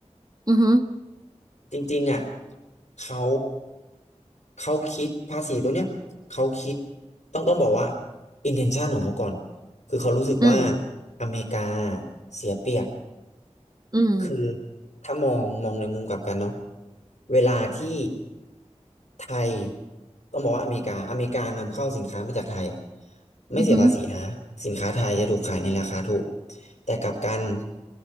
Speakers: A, on the right (about 35°); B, on the left (about 75°).
A: อือฮึ
B: จริงๆอ่ะเขาเขาคิดภาษีตัวเนี้ยเขาคิดต้องต้องบอกว่า intention ของเขาก่อนคือเขารู้สึกว่า
A: อืม
B: อเมริกาเสียเปรียบ
A: อืม
B: คือถ้ามองมองในมุมกลับกันเนาะเวลาที่ไทยต้องบอกว่าอเมริกาอเมริกานำเข้าสินค้ามาจากไทยอะไม่เสียภาษีนะสินค้าไทยจะถูกขายในราคาถูก
A: อือฮึ
B: แต่กลับกัน